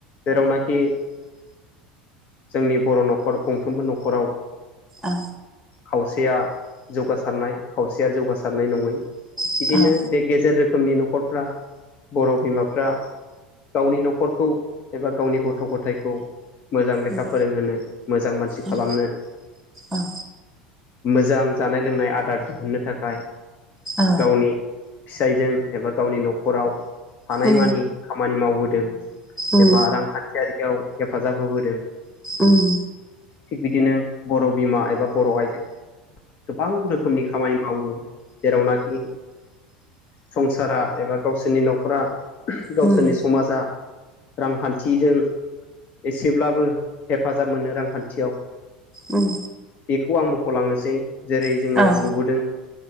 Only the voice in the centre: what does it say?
औ
औ
उम
औ
औ
औ
उम
उम
उम
उम उम
उम
औ